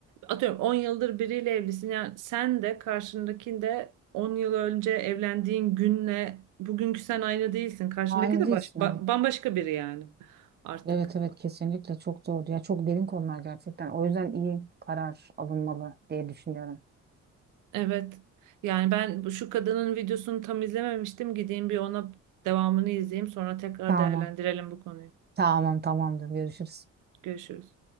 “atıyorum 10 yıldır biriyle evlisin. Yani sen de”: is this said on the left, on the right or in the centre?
Right